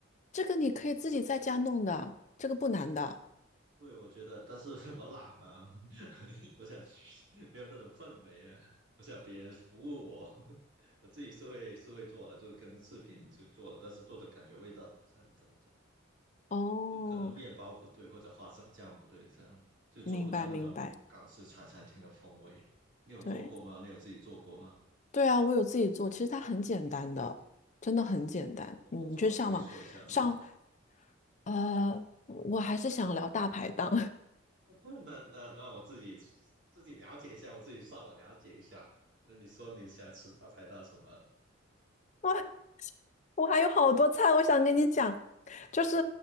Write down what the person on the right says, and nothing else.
对，我觉得，但是 <laughs> 我懒嘛，<laughs> 我想去，没有那种氛围啊，我想别人服务我，<laughs> 我自己是会是会做的，就跟视频就做了，但是做的感觉味道不是很正宗，
就可能面包不对或者花生酱不对，这样就做不到那种港式茶餐厅的风味。
你有做过吗？
你有自己做过吗？
嗯，怎么做？
你可以说一下吗？
<laughs> 那那那我自己自己了解一下，我自己上网了解一下。那你说你想吃大排档什么？